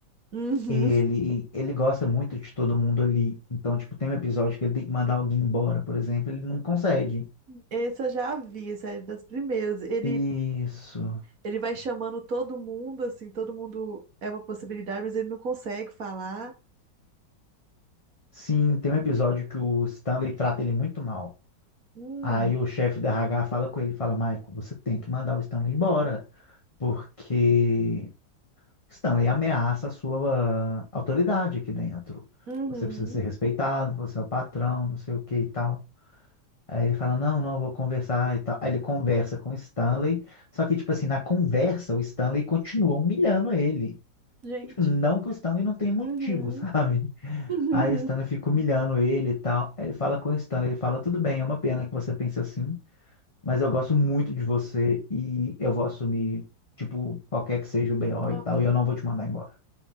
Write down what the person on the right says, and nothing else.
Uhum.
Esse eu já vi, esse é das primeiras. Ele,
ele vai chamando todo mundo, assim, todo mundo é uma possibilidade, mas ele não consegue falar.
Hum,
uhum,
gente.
Uhum.
<laughs>
Ó,